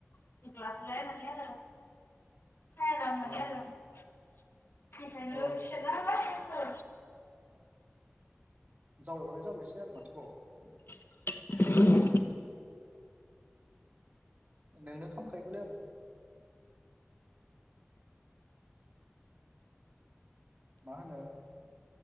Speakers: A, on the left; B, on the right.
A: गुग्लाखौलाय होननानै आरो सायादां
B: औ
A: होननानै आरो बेखायनो
B: औ
A: सेरगारबाय आङो
B: जाबाय बालाय जाबायसै आरो माथोबाव।
A: <inaudible>
B: नोंनो खामखायो बालाय आरो। मा होनो